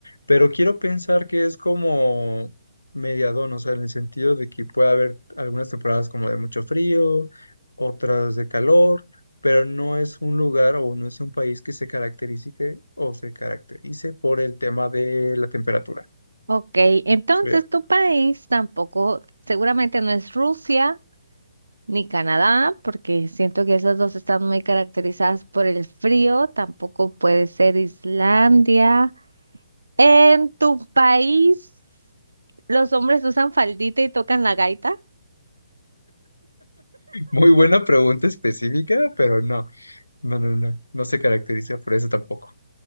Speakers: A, on the left; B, on the right.
A: pero quiero pensar que es como mediadón, o sea, en el sentido de que puede haber algunas temporadas como de mucho frío, otras de calor, pero no es un lugar o no es un país que se caracterice o se caracterice por el tema de la temperatura
B: Ok, entonces
A: fría.
B: tu país tampoco, seguramente no es Rusia ni Canadá, porque siento que esas dos están muy caracterizadas por el frío. Tampoco puede ser Islandia. En tu país, los hombres usan faldita y tocan la gaita.
A: Muy buena pregunta específica, pero no, no, no, no, no se caracteriza por eso tampoco.